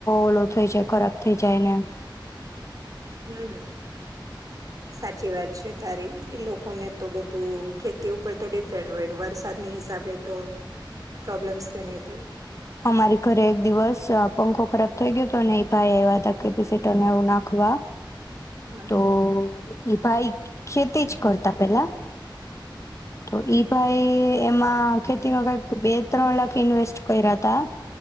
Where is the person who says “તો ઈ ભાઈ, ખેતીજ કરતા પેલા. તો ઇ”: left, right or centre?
Left